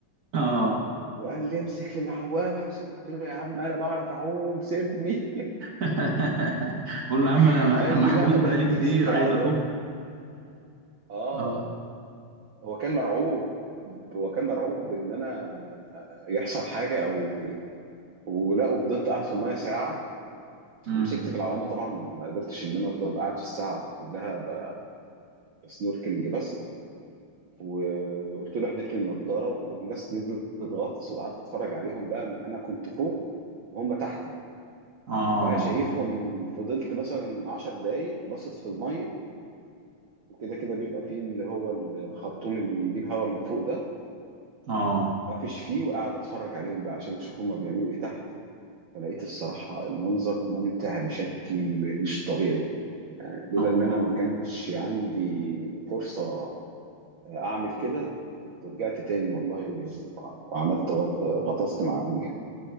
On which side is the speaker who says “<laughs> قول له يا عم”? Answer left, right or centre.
Right